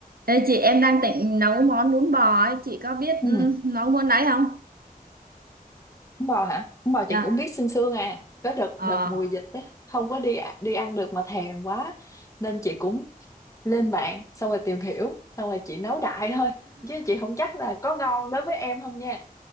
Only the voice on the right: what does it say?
Ê chị em đang định nấu món bún bò ấy, chị có biết
ừ, nấu món đấy không?
Dạ.
Ờ,